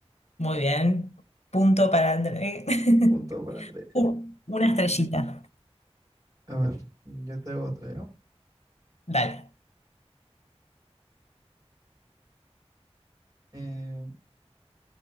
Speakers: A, on the left; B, on the right.
A: Muy bien. Punto para André. <laughs>
B: Punto para André.
A: Uh, una estrellita.
B: A ver, yo te hago otra, ¿ya?
A: Dale.
B: Eh,